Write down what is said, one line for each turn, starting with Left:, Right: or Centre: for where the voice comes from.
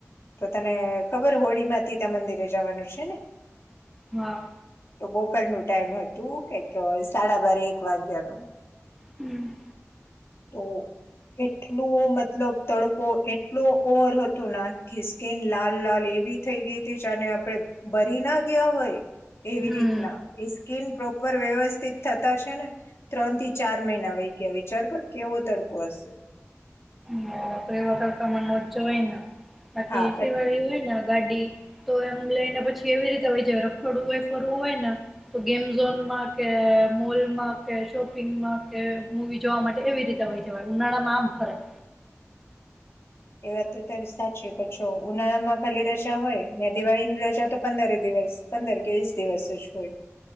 Left: તો તને ખબર હોળી માં તીતા મંદિરે જવાનું છે ને.
Centre: હા.
Left: તો બપોરનું ટાઈમ હતું કે કે સાડા બાર એક વાગ્યાનું
Centre: હમ્મ.
Left: તો એટલું મતલબ તડકો એટલો ઓવર હતો ને કે આખી સ્કીન લાલ લાલ એવી થઈ ગઈ તી જાને આપડે બ ડી ના ગ્યા હોય એવી
Centre: હમ
Left: રીતના એ સ્કીન પ્રો પર વ્યવસ્થિત થતા છે ને ત્રણ થી ચાર મહિના વહી ગયા વિચાર કર કેવો તડકો હશે.
Centre: <inaudible> એવા તડકામા તો ન જવાઈને. બાકી
Left: હા
Centre: એસી
Left: બટ
Centre: વાળી હોય ને ગાડી તો એમ લઈને પછી એવી રીતે વહી જ રખડવું હોય, ફરવું હોય ને તો ગેમ ઝોનમાં કે, મોલમાં કે, શોપિંગમાં કે, મુવી જોવા માટે એવી રીતે વહી જવાય ઉનાળામાં આમ ફરાય.
Left: એ વાત તો તારી સાચી પણ જો ઉનાળામાં ખાલી રજા હોય ને દિવાળીની રજા તો પંદરે દિવસ પંદર કે વીસ દિવસ જ હોય